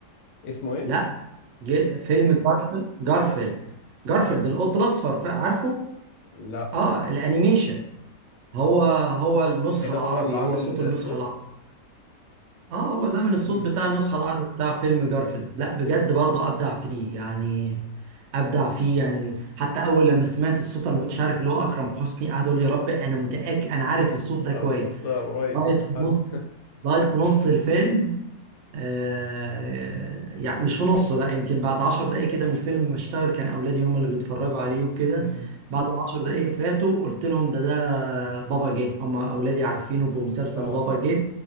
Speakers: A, on the left (about 85°); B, on the right (about 65°).
A: اسمه ايه
B: لا ج- فيلم جارفيلد جارفيلد جارفيلد
A: عارف
B: القط الأصفر ف- عارفه؟
A: لا
B: آه الأنيميشن هو هو النسخة
A: ايه ده
B: العربي
A: هو اللي عامل
B: هو صوت النسخة
A: الصوت
B: العربي اه هو لا من الصوت
A: امم
B: بتاع النسخة العربي بتاع فيلم جارفيلد لا بجد برضه ابدع فيه يعني ابدع فيه يعني حتى اول لما سمعت الصوت انا ما كنتش عارف اللي هو اكرم حسني قاعد يقول لي يا رب انا متأكد انا عارف الصوت ده كويس
A: اه الصوت ده قريب
B: لغاية
A: من
B: في
A: حد
B: نص لغاية في نص الفيلم آه، يعني مش في نصه لا يمكن بعد عشر دقايق كده من الفيلم ما اشتغل كان اولادي هم اللي بيتفرجوا عليه وكده
A: امم
B: بعد ما عشر دقايق فاتوا قلت لهم ده ده بابا جه هم اولادي عارفينه بمسلسل
A: اه
B: بابا جه